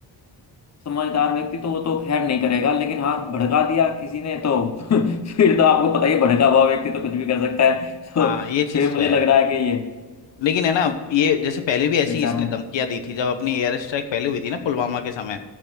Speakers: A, on the left; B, on the left.
A: समझदार व्यक्ति तो वो तो खैर नहीं करेगा लेकिन हाँ भड़का दिया किसी ने तो <laughs> फिर तो आपको पता ही है, भड़का हुआ व्यक्ति तो कुछ भी कर सकता है <laughs> तो
B: हाँ
A: फिर
B: ये चीज तो
A: मुझे
B: है
A: लग रहा है कि ये
B: लेकिन है ना ये जैसे पहले भी ऐसी
A: विचार
B: इसने
A: मेरा
B: धमकियां दी थी जब अपनी एयर स्ट्राइक पहले हुई थी ना पुलवामा के समय